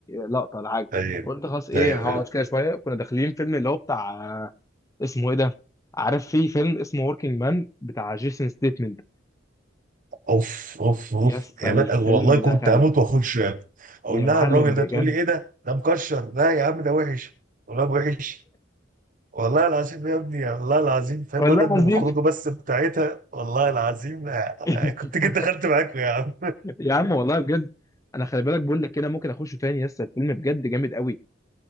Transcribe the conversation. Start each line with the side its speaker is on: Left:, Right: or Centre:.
Left: لقطه ولا حاجه
Right: ايوه
Left: قلت خلاص ايه
Right: ايوه
Left: هقعد
Right: ايوه
Left: كده شويه كنا داخلين فيلم اللي هو بتاع اسمه ايه ده عارف في فيلم اسمه وركينج مان بتاع جيسون ستيتمنت
Right: اوف اوف اوف
Left: يا اسطى
Right: يا
Left: الفيلم
Right: بقى والله
Left: دخل
Right: كنت هموت واخش اقول
Left: يا
Right: لها
Left: معلم
Right: الراجل ده
Left: بجد
Right: تقول لي ايه ده ده مكشر لا يا عم ده وحش والله وحش والله العظيم يا ابني والله العظيم فاهم
Left: والله
Right: لولا ان
Left: العظيم
Right: الخروجه بس بتاعتها والله العظيم آه، آه،
Left: <laughs>
Right: كنت جيت دخلت معاكم يا عم
Left: يا عم والله بجد انا خلي بالك بقول لك كده ممكن اخشه تاني يس الفيلم بجد جامد قوي